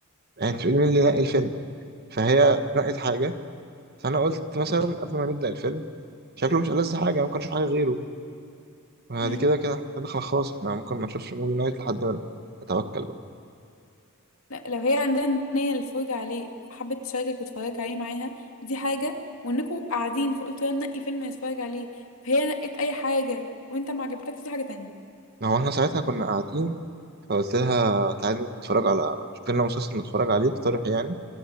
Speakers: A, on the right (about 45°); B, on the left (about 70°).
A: يعني انت بتقول مين اللي نقي الفيلم فهي نقت حاجه فانا قلت مثلا قبل ما نبدا الفيلم شكله مش ألذ حاجه ممكن نشوف حاجه غيره بعد
B: امم
A: كده كده احنا كده خلاص احنا ممكن ما نشوفش موفي نايت لحد ما نتوكل بقى
B: لا لو هي عندها النية للفرجة عليه حبت تشاركك وتتفرج عليه معاها دي حاجة وانكوا قاعدين فقلت لها نقي فيلم نتفرج عليه فهي نقت اي حاجة وانت ما عجبتكش دي حاجة تانية
A: ما هو احنا ساعتها كنا قاعدين فقلت لها تعالي نتفرج على شوف لنا مسلسل نتفرج عليه اقترح يعني